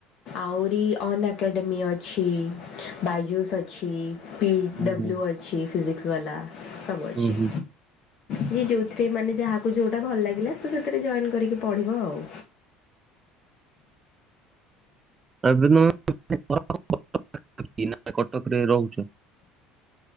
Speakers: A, on the left; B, on the right.
A: ଆହୁରି ଅନ୍ ଏକାଡେମୀ ଅଛି ବାଇଜୁସ୍ ଅଛି। ପି
B: ଉହୁଁ,
A: ଡବ୍ଲ୍ୟୁ ଅଛି ଫିଜିକ୍ସ ବାଲା ସବୁ ଅଛି।
B: ଉହୁଁ।
A: ଜିଏ ଯୋଉଥିରେ ମାନେ ଯାହାକୁ ଯୋଉଟା ଭଲ ଲାଗିଲା ସେ ସେଥିରେ ଜଏନ୍ କରିକି ପଢ଼ିବ ଆଉ।
B: ତା ଦିନ <unintelligible> କଟକ ରେ ରହୁଛୁ।